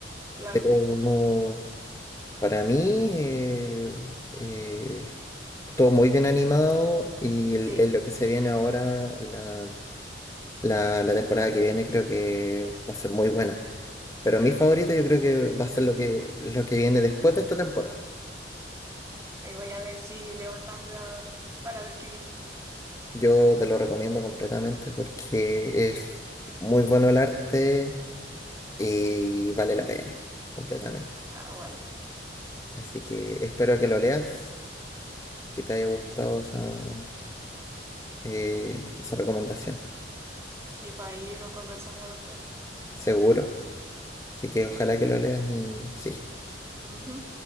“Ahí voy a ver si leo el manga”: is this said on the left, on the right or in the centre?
Right